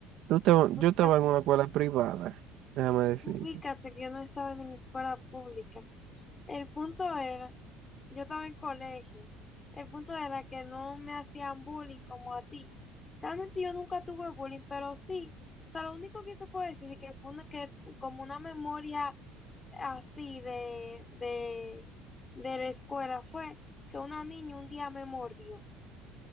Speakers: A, on the right (about 60°); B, on the left (about 25°).
A: Tú estabas- yo
B: Ubícate,
A: estaba en una escuela privada. Déjame decirte.
B: ubícate que yo no estaba en escuela pública. El punto era, yo estaba en colegio. El punto era que no me hacían bullying como a ti. Realmente yo nunca tuve bullying, pero sí. O sea, lo único que te puedo decir es que fue una que como una memoria así de, de, de la escuela fue que una niña un día me mordió.